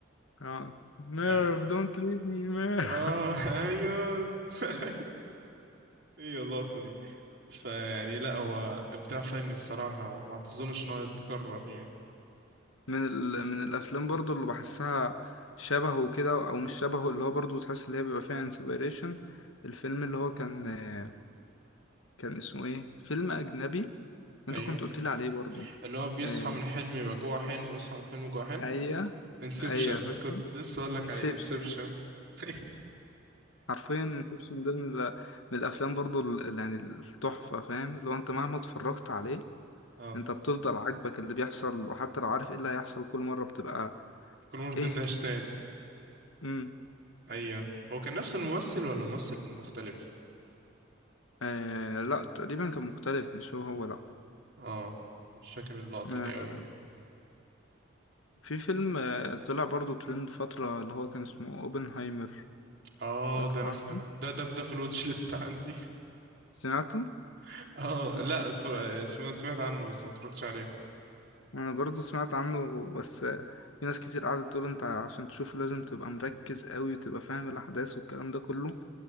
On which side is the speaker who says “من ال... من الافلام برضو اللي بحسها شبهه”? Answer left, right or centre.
Left